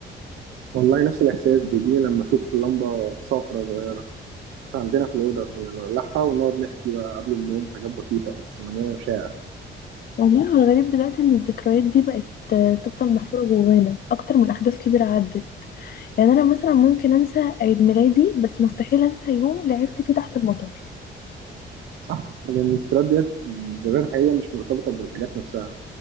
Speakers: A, on the right; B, on the left.
A: والله نفس الإحساس بيجيلي لما أشوف لمبة صفرة صغيرة عندنا في الأوضة كنا نولعها ونقعد نحكي بقى قبل النوم حاجات بسيطة بس مليانة مشاعر
B: والله هو الغريب دلوقتي ان الذكريات دي بقت آه، تفضل محفورة جوانا اكتر من احداث كبيرة عدت يعني انا مثلا ممكن انسى عيد ميلادي بس مستحيل انسى يوم لعبت فيه تحت المطر
A: صح؟ لأن الذكريات ديت الذكريات الحقيقية مش مرتبطة بالحاجات نفسها